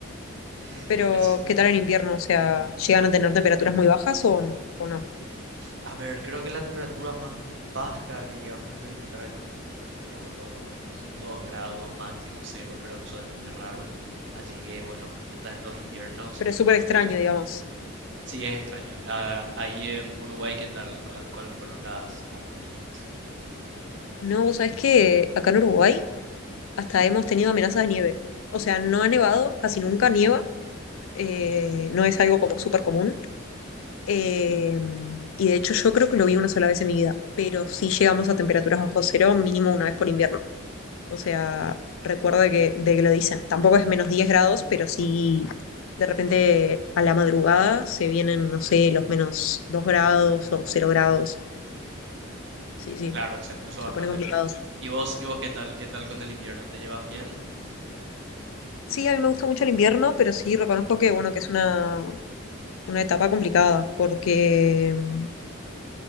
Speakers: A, on the right; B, on the left.
A: <laughs>
B: Pero,
A: Espe-
B: ¿qué tal en invierno? O sea, ¿llegan a tener temperaturas muy bajas o, o no?
A: A ver, creo que la temperatura más baja que llegamos a experimentar aquí fue como los 2 grados máximo cero, pero eso es muy raro. Así que bueno, hasta en los inviernos
B: pero
A: yo
B: es súper
A: creo
B: extraño,
A: que
B: digamos.
A: sí es extraño. Ah, ahí en Uruguay, ¿qué tal? ¿Cuál, cuál fueron las ah, mínimas?
B: No, vos sabés que acá en Uruguay hasta hemos tenido amenazas de nieve. O sea, no ha nevado, casi nunca nieva, eh, no es algo como súper común. eh, y de hecho yo creo que lo vi una sola vez en mi vida, pero sí llegamos a temperaturas bajo cero mínimo una vez por invierno. O sea, recuerdo de que, de que lo dicen. Tampoco es menos 10 grados, pero sí de repente a la madrugada se vienen, no sé, los menos 2 grados o cero grados. Sí, sí,
A: Claro, se puso
B: se
A: bastante
B: pone complicado.
A: frío. ¿Y vos, y vos qué tal? ¿Qué tal con el invierno? ¿Te llevas bien?
B: Sí, a mí me gusta mucho el invierno, pero sí reconozco que, bueno, que es una, una etapa complicada, porque mm,